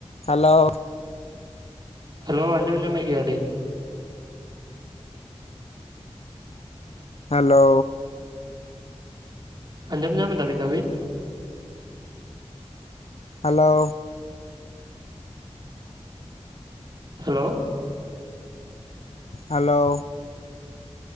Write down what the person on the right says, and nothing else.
ᱦᱮᱞᱳ ᱟᱸᱡᱚᱢ ᱧᱟᱢᱮᱫ ᱜᱮᱭᱟᱞᱤᱧ᱾
ᱟᱸᱡᱚᱢ ᱧᱟᱢ ᱫᱟᱵᱤᱱ ᱟᱹᱵᱤᱱ?
Hello.